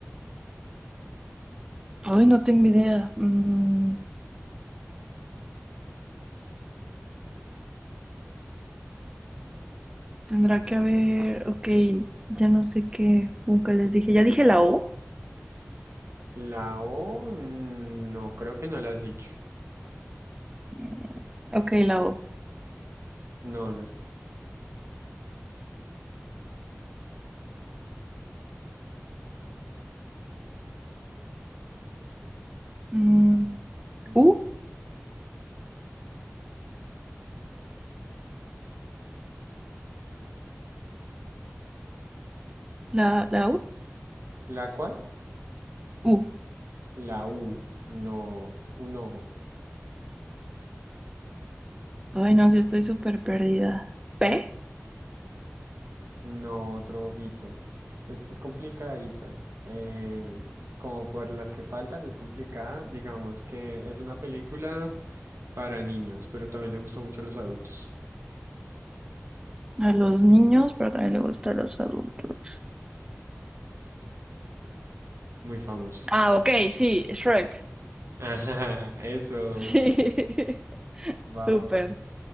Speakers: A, on the right (about 15°); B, on the right (about 70°).
A: hoy no tengo idea. Mm, tendrá que haber... Ok, ya no sé qué. Nunca les dije. ¿Ya dije la O?
B: La O mm, no, creo que no la has dicho.
A: Mm, ok, la O.
B: No, no está.
A: Mm,
B: no
A: ¿U?
B: está.
A: ¿La, la U?
B: ¿La cuál?
A: U.
B: La U. No, un ojo.
A: Ay, no, sí estoy súper perdida. ¿P?
B: No, otro ojito. Es que es complicadita. eh, como por las que faltan, es complicada. Digamos que es una película para niños, pero también le gusta mucho a los adultos.
A: A los niños, pero también le gusta a los adultos.
B: Muy famosa.
A: Ah, ok, sí, Shrek.
B: <laughs> Ajá, eso.
A: Sí,
B: Vamos.
A: <laughs> súper.